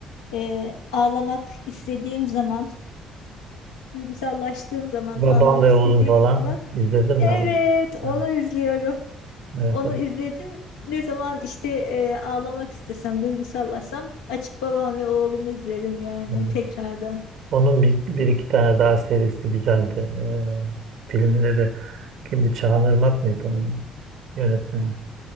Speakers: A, on the left; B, on the right.
A: e, ağlamak istediğim zaman, duygusallaştığım zaman,
B: Babam
A: ağlamak
B: ve
A: istediğim
B: Oğlum falan
A: zaman
B: izledin mi
A: evet
B: onu?
A: onu
B: Evet.
A: izliyorum.
B: Evet.
A: Onu izledim. Ne zaman işte e, ağlamak istesem, duygusallaşsam açıp babam ve oğlumu izlerim yani
B: evet.
A: tekrardan.
B: Onun bir, bir iki tane daha serisi güzeldi. Ee, filmleri kimdi? Çağan Irmak mıydı onun yönetmeni?